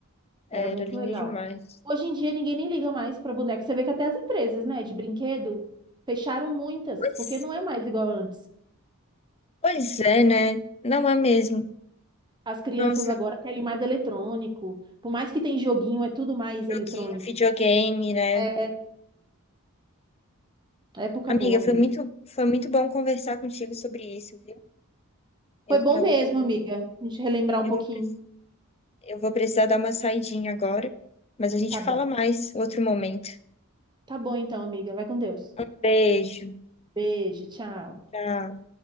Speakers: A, on the left; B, on the right.
A: Era
B: Era muito
A: linda
B: legal.
A: demais.
B: Hoje em dia ninguém nem liga mais para boneco. Você vê que até as empresas, né, de brinquedo fecharam muitas,
A: Pois,
B: porque não é mais igual antes.
A: pois é, né? Não é mesmo.
B: As crianças
A: Nossa,
B: agora querem mais eletrônico. Por mais que tem joguinho, é tudo mais
A: joguinho,
B: eletrônico.
A: videogame, né?
B: É, é época
A: Amiga,
B: boa mesmo.
A: foi muito, foi muito bom conversar contigo sobre isso, viu? Eu
B: Foi bom
A: tô,
B: mesmo, amiga. A gente relembrar um
A: eu
B: pouquinho.
A: vou, preci- eu vou precisar dar uma saidinha agora, mas a gente
B: Tá
A: fala
B: bom.
A: mais outro momento.
B: Tá bom então, amiga. Vai com Deus.
A: Um beijo,
B: Beijo, tchau.
A: tchau.